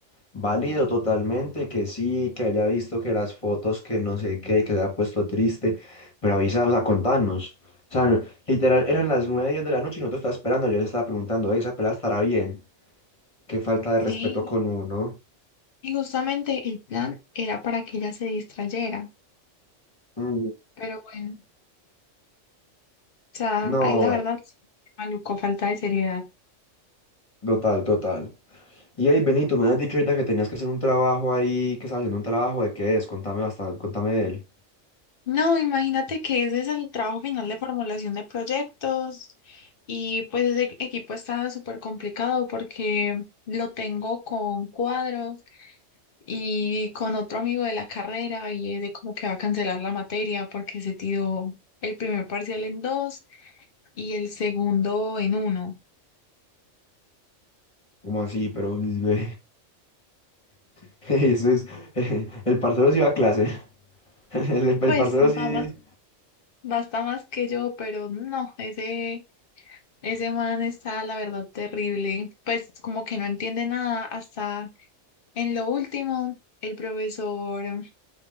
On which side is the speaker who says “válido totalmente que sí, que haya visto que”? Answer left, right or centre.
Left